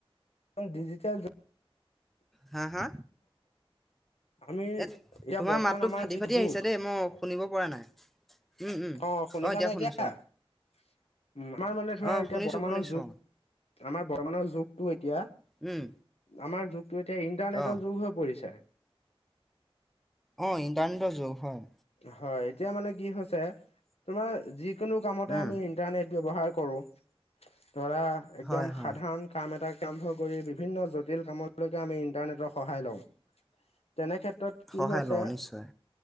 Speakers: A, on the left; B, in the centre.
A: <unintelligible>
B: হা, হা
A: আমি
B: এই
A: এতিয়া
B: তোমাৰ
A: বৰ্তমান
B: মাতটো
A: আমাৰ
B: ফাটি
A: যিটো
B: ফাটি
A: যুগ
B: আহিছে দেই মোক শুনিব পৰা নাই উম উম
A: অ শুনিছা নে
B: শুনিছো
A: এতিয়া উ আমাৰ মানে ধৰা
B: অ অ
A: এতিয়া
B: শুনিছো
A: বৰ্তমানৰ
B: শুনিছো
A: যুগ আমাৰ বৰ্তমানৰ যুগটো এতিয়া
B: উম
A: আমাৰ যুগটো এতিয়া ইন্টাৰনেটৰ
B: অ
A: যুগ হৈ পৰিছে
B: অ ইন্টাৰনেটৰ যুগ হয়
A: হয় এতিয়া মানে কি হৈছে তোমাৰ যিকোনো কামতে
B: উম
A: আমি ইটাৰনেট ব্যৱহাৰ কৰো, ধৰা একদম
B: হয় হয়
A: সাধাৰণ কাম এটা <unintelligible> কৰি বিভিন্ন জটিল কামলৈকে আমি ইণ্টাৰনেটৰ সহায় লওঁ তেনেক্ষেত্ৰত কি
B: সহায়
A: হৈছে
B: লওঁ নিশ্চয়